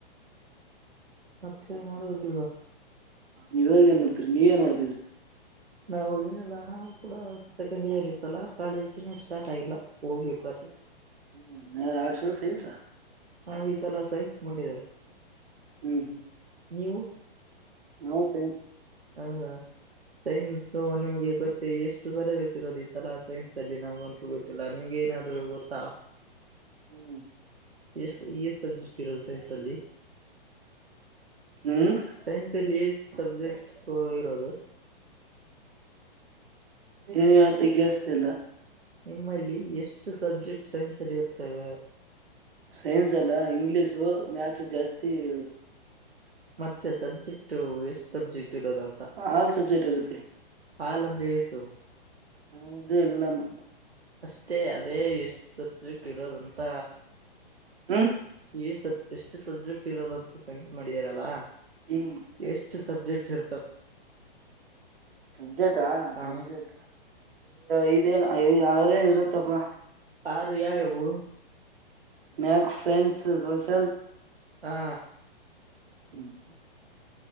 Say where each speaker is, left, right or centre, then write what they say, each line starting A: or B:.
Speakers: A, on the right (about 85°); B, on the right (about 65°).
A: ಮತ್ತೆ ನೋಡುವುದಿಲ್ವಾ
B: ನೀವಾಗ ಏನ್ ಮಾಡ್ತೀರಿ ನೀವ ಏನ್ ಮಾಡ್ತಿದ್ರಿ
A: ನಾವು ಏನಿಲ್ಲ ನ ಕೂಡ ಸೆಕೆಂಡ್ ಇಯರ್ ಈ ಸಲ ಕಾಲೇಜಿನ ಸ್ಟಾರ್ಟ್ ಆಗಿಲ್ಲ ಹೋಗ್ಬೇಕು ಅದೆ
B: ಹ್ಮ್ ನ ಆರ್ಟ್ಸಾ ಸೈನ್ಸ ಹಾ
A: ನಾ ಈ ಸಲ ಸೈನ್ಸ್ ಮಾಡಿದಾರ
B: ಹ್ಮ್ ಹ್ಮ್
A: ನೀವು
B: ನೋ ಸೆನ್ಸ್
A: ಹ ಸೈನ್ಸ್ ನಿಮ್ಗೆ ಗೊತ್ತೆ ಎಷ್ಟು ಸಲಹಭೆಸ ಇರೋದು ಈ ಸಲ ಸೈನ್ಸ್ ಅಲ್ಲಿ ನಮ್ಗ ಅಂತೂ ಗೊತ್ತಿಲ್ಲ ನಿಮ್ಗೆ ಏನಾದ್ರು ಗೊತ್ತಾ
B: ಹ್ಮ್
A: ಎಷ್ಟ ಎ ಸಬ್ಜೆಕ್ಟ್ ಇರೋದು ಸೈನ್ಸ್ ಅಲ್ಲಿ
B: ಹ್ಮ್
A: ಸೈನ್ಸ್ ಅಲ್ಲಿ ಎ ಸಬ್ಜೆಕ್ಟ್ ಇರೋದು
B: ನೀನ್ ಯಾವತ್ತೆ ಕೇಳಸತಿಲ್ಲ
A: ನಿಮ್ಮಲ್ಲಿ ಎಷ್ಟು ಸಬ್ಜೆಕ್ಟ್ ಸೈನ್ಸ್ ಅಲ್ಲಿ ಇರ್ತೇವೆ
B: ಸೈನ್ಸ್ ಅಲ್ಲ ಇಂಗ್ಲಿಷು ಮ್ಯಾ ಜಾಸ್ತಿ ಹೇಳುದು
A: ಮತ್ತೆ ಸಬ್ಜೆಕ್ಟ್ ಎಷ್ಟು ಸಬ್ಜೆಕ್ಟ್ ಇರೋದಂತ
B: ಆಲ್ ಸಬ್ಜೆಕ್ಟ್ ಇರುತ್ತೆ
A: ಹಲ್ ಅಂದ್ರೆ ಏಸು
B: ಅ್ದ ಎಲ್ಲಾನ
A: ಅಷ್ಟೇ ಅದೇ ಎಷ್ಟು ಸಬ್ಜೆಕ್ಟ್ ಇರೋದಂತ
B: ಹ್ಮ್
A: ಈ ಸ ಎಷ್ಟು ಸಬ್ಜೆಕ್ಟ್ ಇರೋದಂತೂ ಸೈನ್ಸ್ ಮಾಡಿದಾರಲ್ಲಾ
B: ಹ್ಮ್
A: ಎಷ್ಟ ಸಬ್ಜೆಕ್ಟ್ ಇ
B: ಸಬ್ಜೆಕ್ಟಾ
A: ಹಾ
B: ಸಬ್ಜೆಕ್ಟ್ ಐದೇನು ಯಾರೇ ಇರುತ್ತಪ್ಪ
A: ಯಾರ ಯಾವ ಯಾವು
B: ಮ್ಯಾಕ್ಸ್ ಸೈನ್ಸ್ ಸೋಷಲ್
A: ಹಾ
B: ಹ್ಮ್